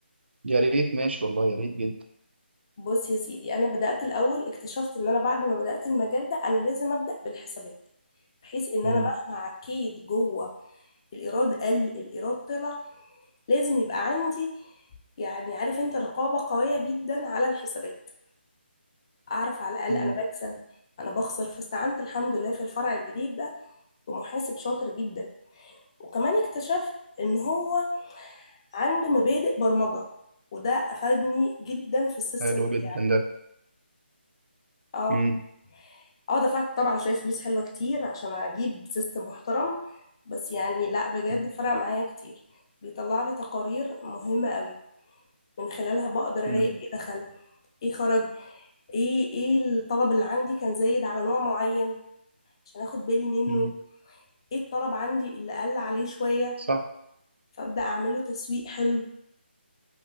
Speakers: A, on the right (about 70°); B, on the left (about 25°).
A: يا ريت ماشي والله يا ريت جدا
B: بص يا سيدي انا بدات الاول اكتشفت ان انا بعد ما بدات المجال ده انا لازم ابدا بالحسابات بحيث ان
A: مم.
B: انا مهما عكيت جوه الايراد قل الايراد طلع لازم يبقى عندي يعني عارف انت رقابه قويه جدا على الحسابات اعرف على الاقل
A: مم.
B: انا بكسب انا بخسر فاستعنت الحمد لله في الفرع الجديد ده بمحاسب شاطر جدا وكمان اكتشفت ان هو عنده مبادئ برمجه وده افادني جدا في السيستم
A: حلو
B: بتاعي
A: جدا ده
B: اه
A: مم.
B: اه دفعت طبعا شوية فلوس حلوة كتير عشان اجيب سيستم محترم بس يعني لا بجد
A: مم.
B: فرق معايا كتير بيطلع لي تقارير مهمة قوي من خلالها بقدر
A: مم.
B: اراقب ايه دخل ايه خرج ايه ايه الطلب اللي عندي كان زايد على نوع معين عشان اخد بالي منه
A: مم.
B: ايه الطلب عندي اللي قل عليه شوية
A: صح
B: فابدأ اعمله تسويق حلو